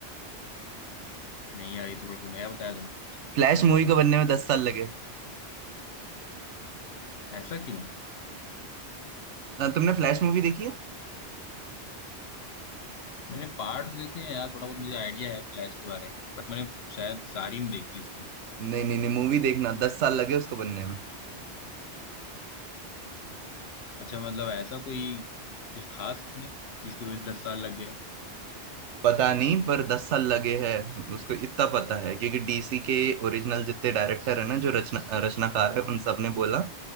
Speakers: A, on the left (about 65°); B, on the right (about 85°).
A: नहीं यार ये तो थोड़ा सा नया बताया तुमने मुझे।
B: फ्लैश मूवी को बनने में दस साल लगे
A: ऐसा क्यों
B: अ, तुमने फ्लैश मूवी देखी है
A: मैंने पार्ट्स देखे हैं यार थोड़ा बहुत मुझे आइडिया है फ्लैश के बारे में बट मैंने शायद सारी नहीं देखी इसकी
B: नहीं नहीं नहीं मूवी देखना दस साल लगे उसको बनने में
A: अच्छा मतलब ऐसा कोई कुछ खास इसमें जिसकी वजह से दस साल लग गए हो
B: पता नहीं पर दस साल लगे हैं उसको इतना पता है क्योंकि डीसी के ओरिजिनल जितने डायरेक्टर है ना जो रचना रचनाकार है उन सब ने बोला